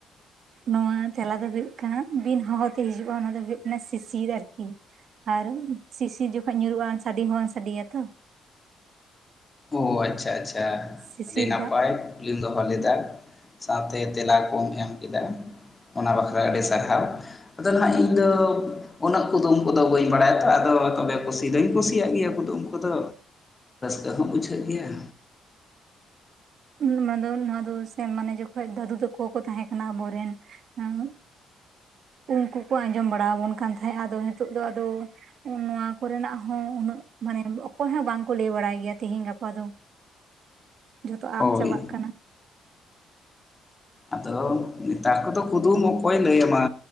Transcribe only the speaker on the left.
ᱳ ᱟᱪᱪᱷᱟ ᱟᱪᱪᱷᱟ
ᱟᱹᱰᱤ ᱱᱟᱯᱟᱭ
ᱠᱠᱞᱤᱢ ᱫᱚᱦᱚ ᱞᱮᱫᱟ ᱥᱟᱶᱛᱮ ᱛᱮᱞᱟ ᱠᱚᱦᱚᱢ ᱮᱢ ᱠᱮᱫᱟ ᱚᱱᱟ ᱵᱟᱠᱷᱨᱟ ᱟᱹᱰᱤ ᱥᱟᱨᱦᱟᱣ ᱟᱫᱚ ᱦᱟᱸᱜ ᱤᱧ ᱫᱚ ᱩᱱᱟᱹᱜ ᱠᱩᱫᱩᱢ ᱠᱚᱫᱚ ᱵᱟᱹᱧ ᱵᱟᱲᱟᱭᱟᱛᱚ ᱟᱫᱚ ᱛᱚᱵᱮ ᱠᱩᱥᱤ ᱫᱚᱧ ᱠᱩᱥᱤᱭᱟᱜ ᱜᱮᱭᱟ ᱠᱩᱫᱩᱢ ᱠᱚᱫᱚ ᱛᱟᱹᱦᱚᱢ ᱵᱩᱪᱷᱟᱹᱫ ᱜᱮᱭᱟ
ᱦᱳᱭ
ᱟᱫᱚ ᱱᱮᱛᱟᱨ ᱠᱚ ᱫᱚ ᱠᱩᱫᱩᱢ ᱚᱠᱚᱭᱮ ᱞᱟᱹᱭ ᱟᱢᱟ